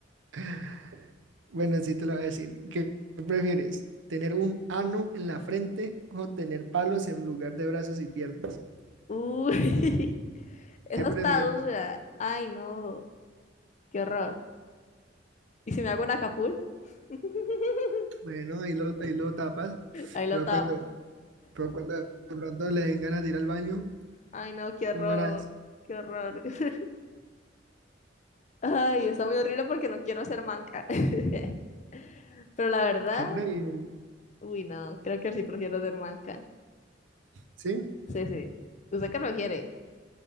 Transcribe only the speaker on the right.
<laughs> Bueno, sí te lo voy a decir. ¿Qué prefieres? ¿Tener un ano en la frente o tener palos en lugar de brazos y piernas?
¿Qué prefieres?
Bueno, ahí lo, ahí lo tapas,
pero
cuando, pero cuando de pronto le den ganas de ir al baño,
¿cómo
harás?
¿Qué prefieres?
¿Sí?